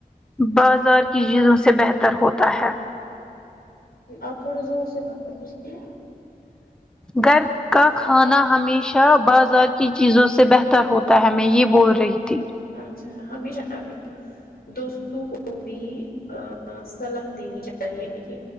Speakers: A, in the centre; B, on the left (about 80°).
A: بازار کی چیزوں سے بہتر ہوتا ہے
B: آپ تھوڑے زور سے بات اسے
A: گھر کا کھانا ہمیشہ بازار کی چیزوں سے بہتر ہوتا ہے میں یہ بول رہی تھی
B: اچھا ہمیشہ اپنی دوستوں کو بھی صلاح دینی چاہیے کہ